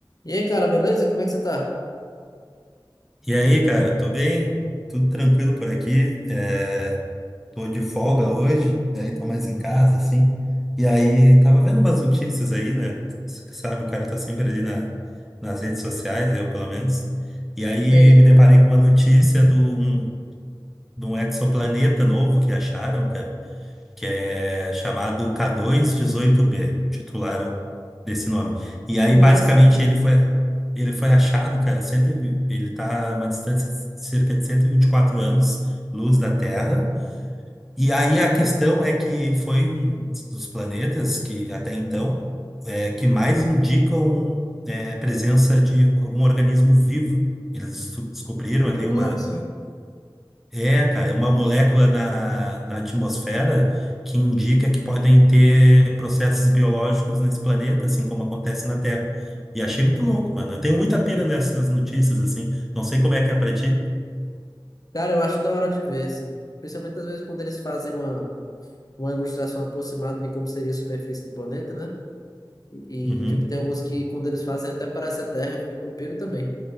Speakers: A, on the left; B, in the centre.
A: E aí, cara, beleza? Como é que você tá?
B: E aí, cara, tô bem? Tudo tranquilo por aqui. É, tô de folga hoje, daí
A: Uhum.
B: tô mais em casa, assim. E aí, tava vendo umas notícias aí, né? S- Sabe, o cara tá sempre ali na, nas redes sociais, eu pelo menos. E aí,
A: E aí?
B: me deparei com uma notícia de um, de um exoplaneta novo que acharam, cara que é chamado k dois dezoito b titularam desse nome. E aí,
A: Que massa.
B: basicamente, ele foi, ele foi achado, cara, cento e vi- ele está a uma distância de cerca de 124 anos, luz da Terra. E aí a questão é que foi um dos planetas que, até então, é, que mais indicam é, presença de algum organismo vivo. Eles su- descobriram ali
A: Nossa,
B: uma é, cara, é uma molécula na, na atmosfera que indica que podem ter processos biológicos nesse planeta, assim como acontece na Terra. E achei muito louco, mano. Eu tenho muita pira nessas notícias, assim. Não sei como é que é pra ti.
A: Cara, eu acho da hora de ver, assim. Principalmente às vezes quando eles fazem uma, uma ilustração aproximada de como seria a superfície do planeta, né? E,
B: Uhum.
A: tipo, tem alguns que, quando eles fazem, até parece a Terra, eu fico, eu piro também.